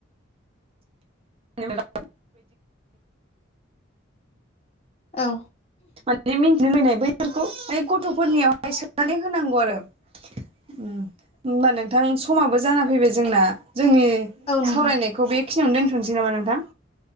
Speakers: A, on the right; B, on the left.
A: नंगौ <unintelligible>
B: औ
A: माने मिन्थिनो लुबैनाय बैफोरखौ माने गथ'फोरनियावहाय सोननानै होनांगौ आरो <unintelligible> उम ओमबा नोंथां समाबो जाना फैबाय जोंना। जोंनि
B: औ नोंथां
A: सावरायनायखौ बेखिनियावनो दोन्थ'नोसै नामा नोंथां?